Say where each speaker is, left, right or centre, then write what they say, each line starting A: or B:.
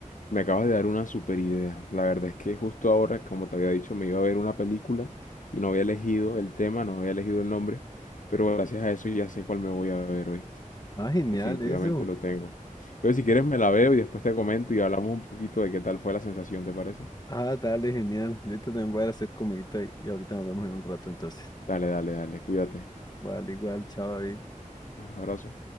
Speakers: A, on the left (about 70°); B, on the left (about 30°).
A: Me acabas de dar una super idea. La verdad es que justo ahora, como te había dicho, me iba a ver una película y no había elegido el tema, no había elegido el nombre, pero gracias a eso ya sé cuál me voy a ver, ¿oíste?
B: Ah, genial
A: Definitivamente
B: eso.
A: lo tengo. Entonces, si quieres, me la veo y después te comento y hablamos un poquito de qué tal fue la sensación, ¿te parece?
B: Ah, dale, genial. Ahorita también voy a hacer comidita y, y ahorita nos vemos en un rato entonces.
A: Dale, dale, dale, cuídate.
B: Vale, igual, chao, David.
A: Abrazo.